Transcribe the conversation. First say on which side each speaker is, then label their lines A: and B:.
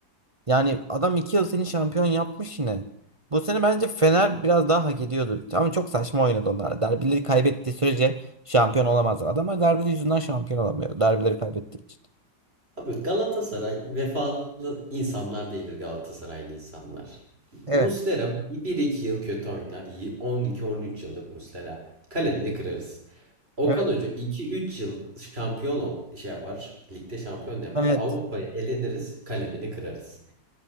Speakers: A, on the right (about 60°); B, on the right (about 30°).
A: Yani adam iki yıl seni şampiyon yapmış yine. Bu sene bence Fener biraz daha hak ediyordu. Ama çok saçma oynadı onlar. Derbileri kaybettiği sürece şampiyon olamaz. Adamlar derbi yüzünden şampiyon olamıyor. Derbileri kaybettiği için.
B: Abi Galatasaray vefalı insanlar değildir Galatasaraylı insanlar.
A: Evet.
B: Muslera bir iki yıl kötü oynar. Y- on iki on üç yıllık Muslera. Kalemini kırarız. Okan
A: Evet.
B: Hoca iki üç yıl şampiyon o şey yapar. Ligde şampiyon yapar.
A: Evet.
B: Avrupa'ya eleniriz. Kalemini kırarız.